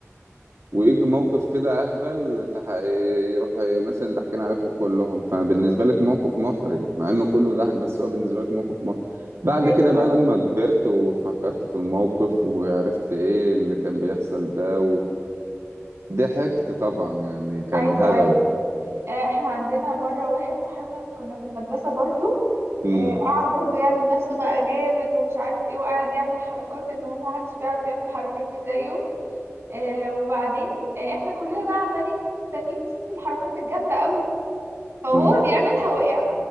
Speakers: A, on the right; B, on the right.
A: ويجي موقف كده اهبل تح... يروح مثلا ضحكين عليكم كلهم فبالنسبه لك موقف محرج مع انه كله
B: مم.
A: ضحك بس هو بالنسبه لك موقف محرج بعد
B: ايوه
A: كده بقى
B: ايوه
A: لما كبرت وفكرت في الموقف وعرفت ايه اللي كان بيحصل ده وضحكت طبعا يعني كان
B: ايوه
A: هبل
B: ايوه آه، احنا عندنا مرة واحد صاحبنا كنا في المدرسة برضو
A: امم
B: آه، قاعد برضو يعمل نفسه بقى جامد ومش عارف ايه وقاعد يعمل حركات ان هو محدش بيعرف يعمل الحركات دي زيه آه، وبعدين آه، احنا كلنا بقى عمالين مستنيين نشوف الحركات الجامدة قوي دي فهو
A: امم
B: بيعملها وقع